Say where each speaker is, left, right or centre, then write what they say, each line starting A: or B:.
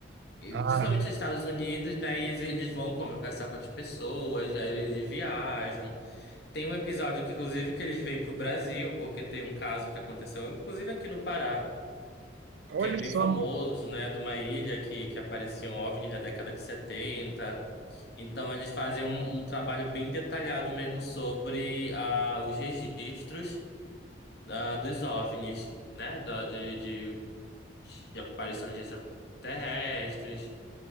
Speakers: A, on the left; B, on the right.
A: E,
B: Ah,
A: principalmente nos Estados Unidos, né? E eles, eles vão conversar com as pessoas, aí eles viajam. Tem um episódio que, inclusive, que eles vêm pro Brasil, porque tem um caso que aconteceu, inclusive aqui no Pará,
B: olha
A: que é bem
B: só.
A: famoso, né? De uma ilha que, que apareciam OVNIs na década de 70. Então, eles fazem um, um trabalho bem detalhado mesmo sobre ah, os registros ah, dos OVNIs, né? Da- de, de, de aparições de extraterrestres.